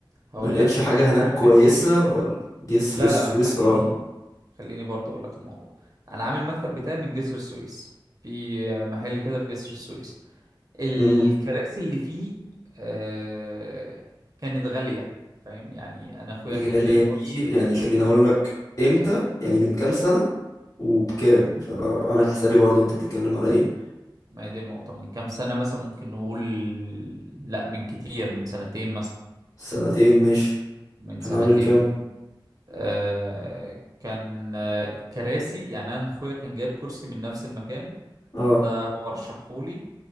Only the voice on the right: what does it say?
هقول
لك في
عارف
جسر السويس
لا
لا لا خليني
خليني برضه اقول لك الموضوع انا عامل المكتب بتاعي من جسر السويس في آه، محل كده في جسر السويس الكراسي
اللي فيه آه، كانت غالية فاهم يعني انا اخويا
كان جايب كرسي
مم.
ما هي دي النقطة من كام سنة مثلا ممكن نقول لا من كتير من سنتين مثلا
من
سنتين
آه كان آه، الكراسي يعني انا اخويا كان جايب كرسي من نفس المكان
ده هو رشحهولي